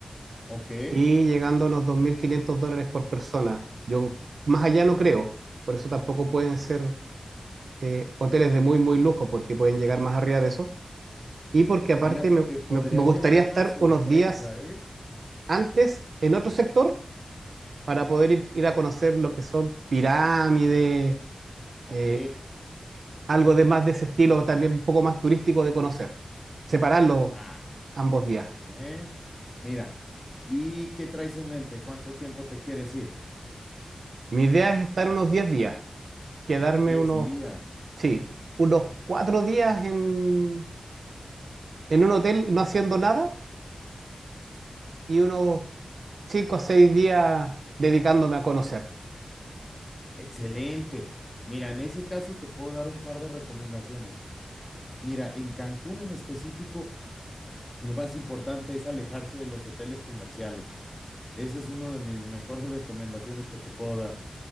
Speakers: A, on the left (about 20°); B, on the right (about 80°).
A: Ok,
B: y llegando a unos 2.500 dólares por persona. Yo más allá no creo, por eso tampoco pueden ser eh, hoteles de muy, muy lujo, porque pueden llegar más arriba de eso. Y porque aparte
A: mira,
B: me,
A: te podrías
B: me- me gustaría
A: llevar una
B: estar
A: sorpresa,
B: unos días
A: ¿eh?
B: antes en otro sector para poder ir, ir a conocer lo que son pirámides,
A: Ok.
B: eh, algo de más de ese estilo, también un poco más turístico de conocer. Separarlo
A: ah,
B: ambos días.
A: Eh, Mira, ¿y qué traes en mente? ¿Cuánto tiempo te quieres ir?
B: Mi idea es estar unos 10 días, quedarme
A: Diez
B: unos
A: días.
B: Sí, unos cuatro días en, en un hotel no haciendo nada y unos cinco o seis días dedicándome a conocer.
A: Excelente. Mira, en ese caso te puedo dar un par de recomendaciones. Mira, en Cancún en específico, lo más importante es alejarse de los hoteles comerciales. Esa es una de mis mejores <laughs> recomendaciones que te puedo dar.